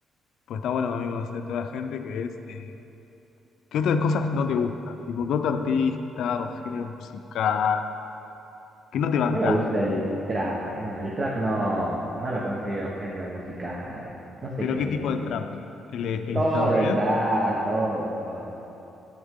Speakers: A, on the left (about 75°); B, on the right (about 40°).
A: Pues está bueno, amigo, conocer toda la gente que es. eh, ¿qué otras cosas no te gustan? Tipo, ¿qué otro artista o género musical? ¿Qué no te bancás.
B: No me gusta el trap, hermano. El trap no, no lo considero género musical. No sé
A: ¿Pero
B: qué.
A: qué tipo de trap? ¿El, el
B: Todo
A: estadounidense?
B: el trap, todo, todo.